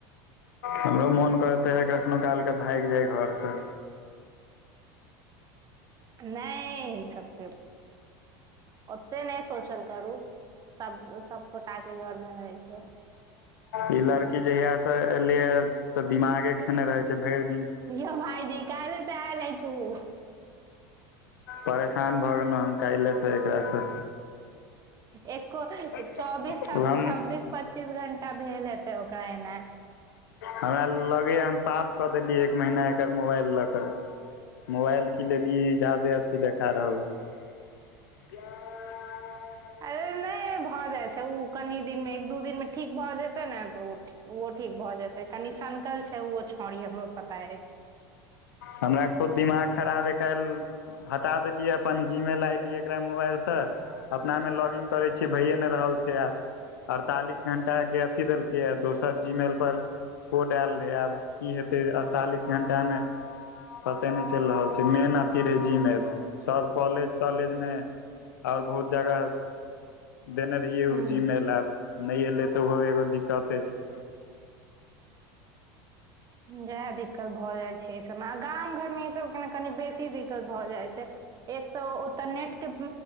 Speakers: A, on the left; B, on the right.
A: हमरो मन कहते है कखनो काल के भागि जाय घर सऽ
B: नहि ई सबके ओते नहि सोचल करू सब सब गोटा कऽ घर मे हो छै
A: ई लड़की जहिया से एलिय ह तऽ दिमागे खेने रहे छै भरि दिन
B: यो भाइजी कायले तऽ अल ऐछ उऽ
A: परेशान भऽ गेलहुँ हम काल्हिेसँ एकरासँ
B: एको चौबीस
A: हम
B: छब्बीस पच्चीस घं्टा भेल हेतै ओकरा एना
A: हमरा लगे हम पाप कऽ देलीै एक महीना एकर मोबाइल लऽ कऽ मोबाइल कि लेलए ई जादे अथी देखा रहल छै <unintelligible>
B: अरे नहि भऽ जाइ छै ओ कनि दिनमे एक दू दिनमे ठीक भऽ जेतै नऽ तऽ ओ ओहो ठीक भऽ जेतै कनि सकल छै ओहो छाँड़ी हमरो पता अछि
A: हमरा खुद दिमाग खराब यऽ काईल हटा देलियै अपन जी मेल आइ डी एकरा मोबाइलसँ अपना मऽ लॉगिन करै छियै भैए नहि रहल छै आब अड़तालीस घं्टााक के अथी देलकैए दोसर जीमेल पर कोड आयल रहै आब की हेतै अड़तालीस घं्टामे पते नहि चलि रहल छै मेन अथि रहै जीमेल सब कालेज तालेज मे और बहुत जगह देने रहियै
B: हूँ
A: ओ जीमेल आब नहि एलै तऽ ओहो एगो दिक्कते छै
B: जएह दिक्कत भऽ जाइ छै एहिसभमे आ गाम घरमे ईसभके ने कनि बेसी दिक्कत भऽ जाइ छै एक तऽ ओतऽ नेट कऽ